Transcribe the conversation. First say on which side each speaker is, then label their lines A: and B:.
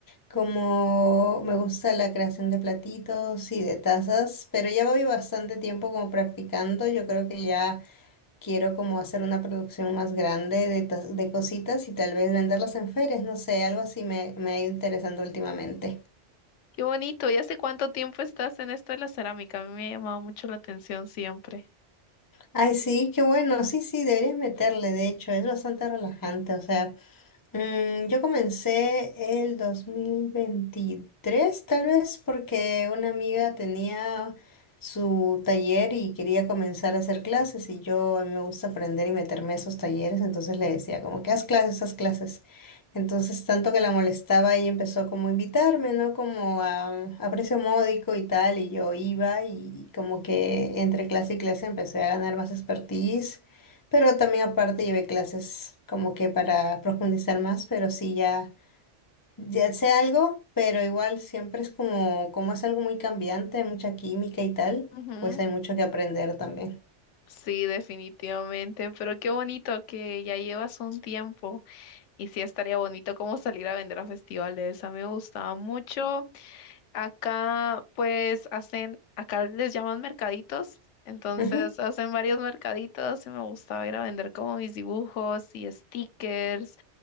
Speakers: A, on the left (about 25°); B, on the left (about 85°).
A: como me gusta la creación de platitos y de tazas, pero ya voy bastante tiempo como practicando, yo creo que ya... quiero como hacer una producción más grande de, tas- de cositas y tal vez venderlas en ferias, no sé, algo así me, me ha ido interesando últimamente.
B: Qué bonito. ¿Y hace cuánto tiempo estás en esto de la cerámica? A mí me ha llamado mucho la atención siempre.
A: Ay, sí, qué bueno, sí, sí, deberías meterle, de hecho, es bastante relajante, o sea. Mm, yo comencé el 2023, tal vez porque una amiga tenía su taller y quería comenzar a hacer clases y yo a mí me gusta aprender y meterme a esos talleres, entonces le decía como que haz clases, haz clases. Entonces tanto que la molestaba y empezó como a invitarme, ¿no? Como a, a precio módico y tal, y yo iba y como que entre clase y clase empecé a ganar más expertise pero también aparte llevé clases como que para profundizar más, pero sí ya, ya sé algo, pero igual siempre es como, como es algo muy cambiante, mucha química y tal,
B: Ujú.
A: pues hay mucho que aprender también.
B: Sí, definitivamente, pero qué bonito que ya llevas un tiempo. Y sí, estaría bonito como salir a vender a festivales. A mí me gustaba mucho. Acá, pues, hacen, acá les llaman mercaditos. Entonces,
A: Ujú.
B: hacen varios mercaditos y me gustaba ir a vender como mis dibujos y stickers